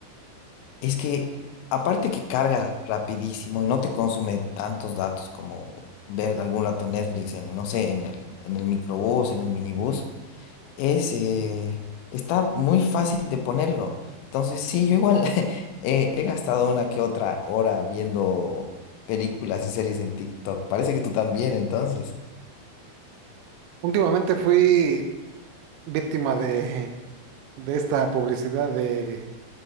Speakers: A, on the left (about 85°); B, on the right (about 85°).
A: Es que, aparte que carga rapidísimo y no te consume tantos datos como ver algún rato Netflix en, no sé, en el, en el microbús, en el minibús. es, eh, está muy fácil de ponerlo. Entonces, sí, yo igual <laughs> eh, he gastado una que otra hora viendo películas y series en TikTok. Parece que tú también, entonces.
B: Últimamente fui víctima de, de esta publicidad de,